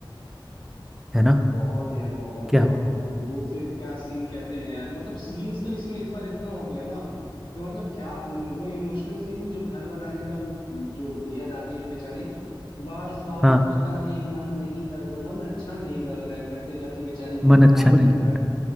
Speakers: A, in the centre; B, on the left (about 80°).
A: है ना
B: बहुत यार बहुत
A: क्या हो
B: और वो फिर क्या सीन कहते हैं यार मतलब सीन्स तो इसमें इस बार इतना हो गया ना कि मतलब क्या बोलूं वो इमोशनल सीन जो घर बनाने का वो जो बुढ़िया दादी जो बेचारी बस बाबू
A: हाँ
B: पता नहीं मन नहीं लग रहा मन अच्छा नहीं लग रहा है करते करते बेचारी को
A: मन
B: जो
A: अच्छा
B: लास्ट
A: नहीं
B: में घर
A: लग